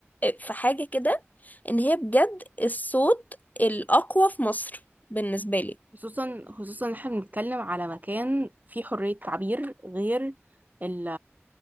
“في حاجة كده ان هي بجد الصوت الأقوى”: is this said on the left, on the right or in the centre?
Left